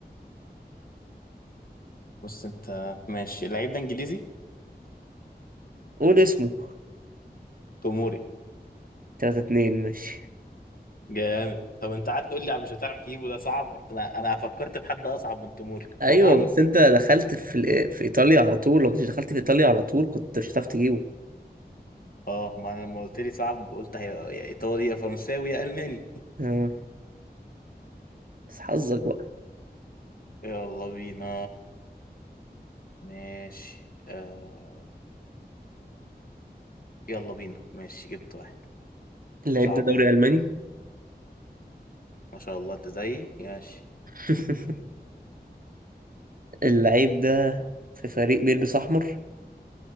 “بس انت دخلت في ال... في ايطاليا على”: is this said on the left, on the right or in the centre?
Right